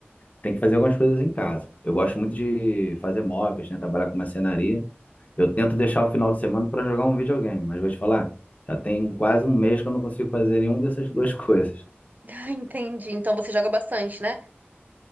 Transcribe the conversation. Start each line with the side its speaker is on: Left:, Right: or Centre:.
Left: tem que fazer algumas coisas em casa. Eu gosto muito de fazer móveis, né? Trabalhar com marcenaria. Eu tento deixar o final de semana para jogar um videogame, mas vou te falar, já tem quase um mês que eu não consigo fazer nenhuma dessas <laughs> duas coisas.
Right: Ah, entendi. Então você joga bastante, né?